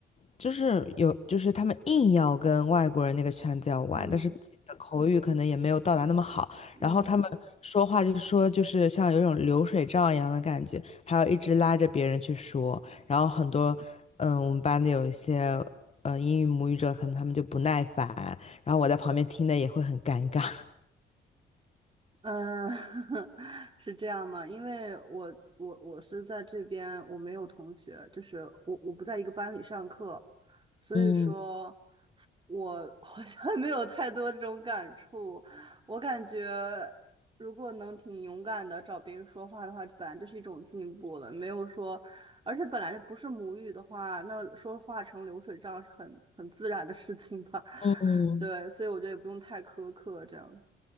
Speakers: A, on the left; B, on the right.
A: 就是有就是他们硬要跟外国人那个圈子要玩，
B: 嗯
A: 但是自己的口语可能也没有到达那么好，
B: 嗯
A: 然后他们说话就是说就是像有一种流水账一样的感觉，还要一直拉着别人去说。然后很多，嗯，我们班的有一些，呃，英语母语者，可能他们就不耐烦，然后我在旁边听的也会很尴尬。
B: 嗯，<laughs> 是这样吗？因为我我我是在这边，我没有同学，就是我我不在一个班里上课，所以说。
A: <laughs> 嗯
B: 我 <laughs> 好像没有太多这种感触。我感觉，如果能挺勇敢的找别人说话的话，本来就是一种进步了。没有说，而且本来就不是母语的话，那说话成流水账是很很自然的事情吧。
A: 嗯，
B: <laughs> 对，所以我觉得也不用太苛刻这样子。